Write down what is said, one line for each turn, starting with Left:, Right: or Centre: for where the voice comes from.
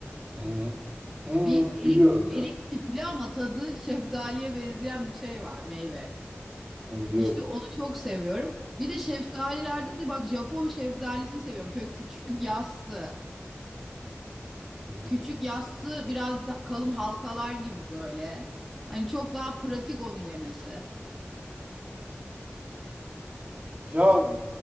Right: Hı hı. Hı,
Centre: bir
Right: biliyorum
Centre: erik erik
Right: ya.
Centre: tipli ama tadı şeftaliye benzeyen bir şey var meyve.
Right: Biliyorum.
Centre: İşte onu çok seviyorum. Bir de şeftalilerde de bak Japon şeftalisini seviyorum. Şöyle küçük yassı.
Right: Hı hı.
Centre: küçük yassı biraz da- kalın halkalar gibi böyle. Hani çok daha pratik onu yemesi.
Right: Ya